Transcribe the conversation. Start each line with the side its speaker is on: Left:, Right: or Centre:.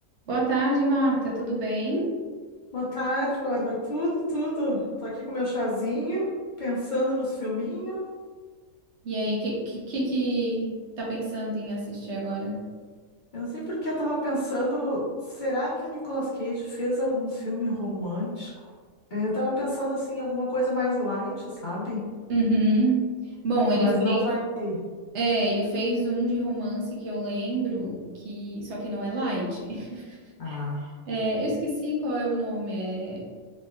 Right: Boa tarde, Marta. Tudo bem?
Left: Boa tarde, Bárbara. Tudo, tudo. Tô aqui com meu chazinho, pensando nos filminhos.
Right: E aí, o que, que, que que tá pensando em assistir agora?
Left: Eu não sei por que eu tava pensando, será que o Nicolas Cage fez algum filme romântico? É, Eu tava pensando assim, em alguma coisa mais light, sabe?
Right: Uhum. Bom,
Left: Mas
Right: ele fez,
Left: não vai ter.
Right: é, ele fez um de romance que eu lembro, que só que não é light. <laughs>
Left: Ah,
Right: É, eu esqueci qual é o nome. é-